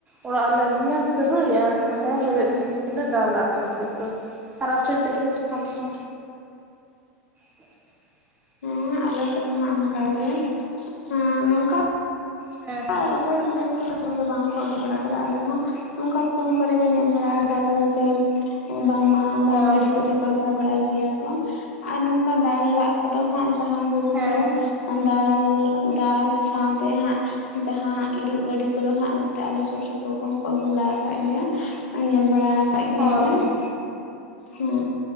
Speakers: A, on the right (about 20°); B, on the left (about 75°).
A: ᱚᱲᱟᱜ ᱨᱮᱞᱮ ᱟᱹᱜᱩᱭᱟ ᱠᱷᱟᱹᱨᱟᱹᱭ ᱟᱨ ᱤᱱᱟᱹ ᱛᱟᱭᱚᱢ ᱞᱮᱵᱮᱫᱽ ᱢᱮᱥᱤᱱ ᱛᱮᱞᱮ ᱫᱟᱞᱟ ᱟᱞᱮ ᱥᱮᱫ ᱫᱚ᱾ ᱟᱨ ᱟᱯᱮ ᱥᱮᱫ ᱜᱮ ᱚᱠᱟ ᱞᱮᱠᱟ? <inaudible>
B: ᱦᱮᱸ ᱟᱞᱮ ᱥᱮᱫ ᱦᱚᱸ ᱚᱱᱠᱟᱜᱮ ᱮᱹᱻ ᱱᱚᱠᱟᱼᱼ
A: ᱦᱮᱸ ᱦᱮᱸ
B: ᱟᱨ ᱨᱚᱦᱚᱭ ᱜᱟᱹᱲᱤ ᱠᱚᱫᱚ ᱠᱚ ᱫᱚ ᱵᱟᱹᱫ ᱨᱮ ᱵᱟᱝᱠᱚ ᱟᱹᱜᱩ ᱵᱟᱲᱟ ᱟᱠᱟᱫᱟ ᱟᱞᱮ ᱦᱚᱸᱼᱼ ᱚᱱᱠᱟ ᱯᱷᱳᱱ ᱠᱚᱨᱮᱜᱮ ᱧᱮᱞ ᱵᱟᱲᱟ ᱟᱠᱟ ᱫᱟᱞᱮ ᱡᱮᱼᱼ ᱵᱟᱝᱢᱟ ᱚᱱᱠᱟ
A: ᱦᱳᱭ
B: ᱜᱟᱹᱰᱤ
A: ᱦᱳᱭ
B: ᱠᱚᱛᱮ ᱠᱚ ᱨᱚᱦᱚᱭ ᱵᱟᱲᱟᱭ ᱜᱮᱭᱟ ᱠᱚ, ᱟᱨ ᱱᱚᱝᱠᱟ ᱫᱟᱞᱟᱜ ᱟᱫᱚ ᱦᱟᱸᱜ ᱡᱟᱦᱟᱸ ᱦᱩᱲᱩ
A: ᱦᱮᱸ
B: ᱠᱚ ᱫᱟᱞ, ᱫᱟᱞ ᱥᱟᱶᱛᱮ ᱦᱟᱸᱜ ᱡᱟᱦᱟᱸ ᱤᱨᱚᱜ ᱜᱟᱹᱰᱤ ᱠᱚᱫᱚ ᱦᱟᱸᱜ ᱱᱚᱛᱮ ᱟᱞᱮ ᱥᱩᱨ ᱥᱩᱯᱩᱨ ᱠᱚᱦᱚᱸ ᱠᱚ ᱟᱹᱜᱩ ᱵᱟᱲᱟ ᱟᱠᱟᱫ ᱜᱮᱭᱟ ᱾ ᱧᱮᱞ ᱵᱟᱲᱟ ᱟᱠᱟᱫ ᱜᱮᱭᱟᱞᱮ
A: ᱦᱳᱭ ᱦᱳᱭ
B: ᱦᱮᱸ